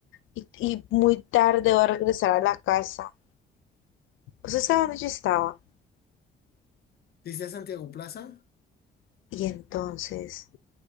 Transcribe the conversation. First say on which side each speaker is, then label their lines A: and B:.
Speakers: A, on the left; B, on the left.
A: y, y muy tarde va a regresar a la casa. ¿Usted sabe dónde yo estaba?
B: dice a Santiago Plaza,
A: Y entonces,